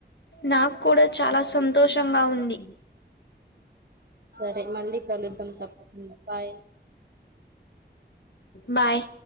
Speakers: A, on the left; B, on the right.
A: నాక్కుడా చాలా సంతోషంగా ఉంది.
B: సరే మళ్ళీ కలుద్దాం తప్పకుండా బాయ్
A: బాయ్